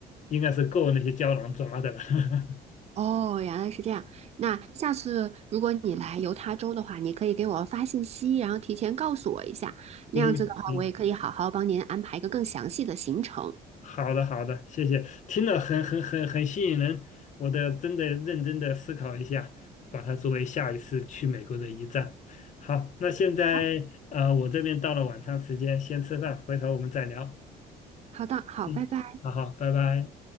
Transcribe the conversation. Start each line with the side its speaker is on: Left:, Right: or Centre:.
Left: 应该是够那些胶囊抓的了。<laughs>
Right: 哦，原来是这样。那下次如果你来犹他州的话，你可以给我发信息，然后提前告诉我一下。那样子的话，
Left: 嗯嗯。
Right: 我也可以好好帮您安排一个更详细的行程。
Left: 好的，好的，谢谢，听了很很很很吸引人，我得真的认真的思考一下，把它作为下一次去美国的一站。好，那现在呃，
Right: 好，
Left: 我这边到了晚餐时间，先吃饭，回头我们再聊。
Right: 好的，好，
Left: 嗯，
Right: 拜拜。
Left: 好好，拜拜。